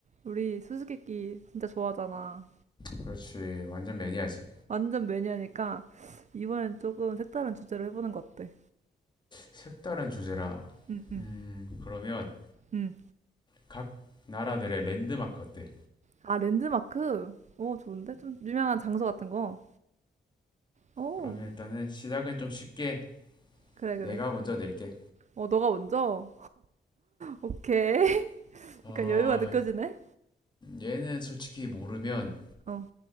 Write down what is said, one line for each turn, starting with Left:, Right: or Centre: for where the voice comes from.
Right: 우리 수수께끼 진짜 좋아하잖아.
Left: 그렇지. 완전 매니아지.
Right: 완전 매니아니까 이번엔 조금 색다른 주제로 해보는 거 어때?
Left: 색다른 주제라.
Right: 응, 응,
Left: 음, 그러면
Right: 응.
Left: 각 나라들의 랜드마크 어때?
Right: 아, 랜드마크? 어, 좋은데? 좀 유명한 장소 같은 거? 어,
Left: 그러면 일단은 시작은 좀 쉽게
Right: 그래, 그래.
Left: 내가 먼저 낼게.
Right: 어, 너가 먼저? 오케이. <laughs>
Left: 어,
Right: 약간 여유가 느껴지네?
Left: 얘는 솔직히 모르면
Right: 어.